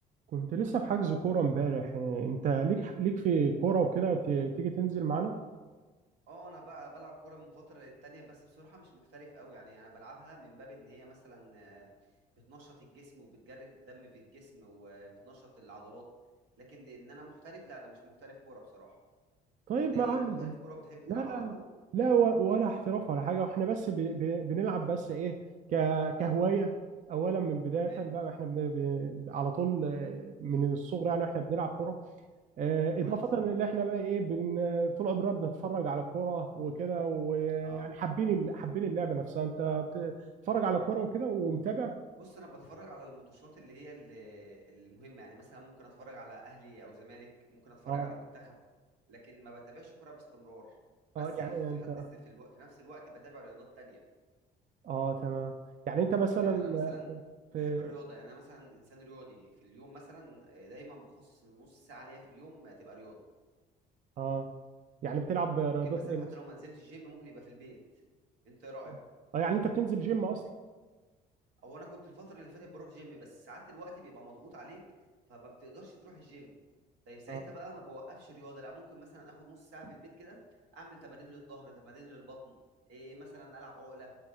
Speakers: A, on the right; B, on the right.
A: كنت لسه في حجز كورة امبارح إيه، انت ليك ليك في كورة وكده ت- تيجي تنزل معانا
B: اه انا بقى بلعب كوره من فتره للتانيه بس بصراحه مش محترف قوي يعني انا بلعبها من باب ان هي مثلا آه، بتنشط الجسم وبتجرد الدم في الجسم وبتنشط العضلات لكن ان انا محترف لا انا مش محترف كوره بصراحه
A: طيب
B: انت ايه
A: معانا
B: محترف كوره وبتحب
A: لا
B: تلعبها
A: لا
B: على طول
A: لا و- ولا احتراف ولا حاجة واحنا بس ب... ب... بنلعب بس ايه ك... كهواية اولا من بداية
B: تمام
A: بقى احنا بن... ب... على طول آه، من الصغر يعني احنا بنلعب كورة آه،
B: كويس
A: اضافة ان احنا بقى ايه بن... طول عمرنا بنتفرج على الكورة وكده ويعني
B: اه
A: حابين ال- حابين اللعبة نفسها انت بتتفرج على كورة وكده ومتابع
B: بص انا بتفرج على الماتشات اللي هي ال- المهمه يعني مثلا ممكن اتفرج على اهلي او زمالك ممكن اتفرج
A: اه
B: على منتخب لكن ما بتابعش كوره باستمرار بس
A: اه يعني
B: في
A: انت
B: حد في الو... في نفس الوقت بتابع رياضات تانية
A: اه تمام يعني انت مثلا
B: يعني انا مثلا بحب
A: في
B: الرياضه يعني انا مثلا انسان رياضي في اليوم مثلا آه، دايما بخصص ان نص ساعه ليا في اليوم آه، تبقى رياضه
A: اه يعني بتلعب رياضات
B: ممكن مثلا
A: ايه
B: حتى
A: مثلا
B: لو ما نزلتش الجيم ممكن يبقى في البيت انت ايه رايك
A: اه آه، يعني انت بتنزل جيم اصلا
B: او انا كنت الفتره اللي فاتت بروح جيم بس ساعات الوقت بيبقى مضغوط عليك فما بتقدرش تروح الجيم طيب ساعتها
A: اه
B: بقى ما بوقفش رياضه لا ممكن مثلا اخد نص ساعه في البيت كده اعمل تمارين للظهر تمارين للبطن إيه مثلا العب عقله